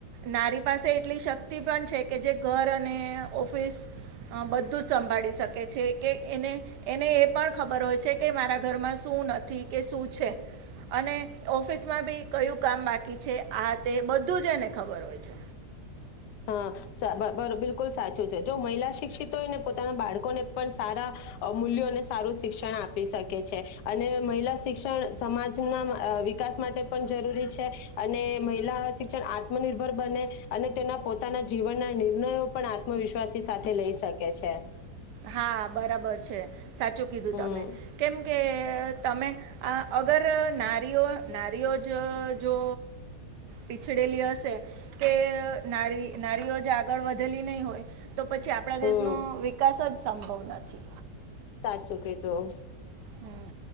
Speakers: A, on the right (about 85°); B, on the left (about 85°).
A: નારી પાસે એટલી શક્તિ પણ છે કે જે ઘર અને ઓફિસ બધું જ સંભાળી શકે છે કે એને એને એ પણ ખબર હોય છે કે મારા ઘરમાં શું નથી કે શું છે અને ઓફિસમાં બી કયું કામ બાકી છે આ તે બધું જ એને ખબર હોય છે
B: હા બિલકુલ સાચું છે જો મહિલા શિક્ષિતોયને પોતાના બાળકોને પણ સારા મૂલ્યો અને સારું શિક્ષણ આપી શકે છે અને મહિલા શિક્ષણ સમાજના વિકાસ માટે પણ જરૂરી છે અને મહિલા શિક્ષણ આત્મનિર્ભર બને અને તેના પોતાના જીવનના નિર્ણયો પણ આત્મવિશ્વાસી સાથે લઈ શકે છે
A: હા બરાબર છે સાચું કીધું
B: હમ
A: તમે કેમ કે તમે આ અગર નારીઓ નારીઓ જો પીછડેલી હશે કે નારી નારીઓ જ આગળ વધેલી નહી હોય તો પછી આપણા
B: હમ
A: દેશનો સંભવ નથી.
B: સાચું કીધું
A: હમ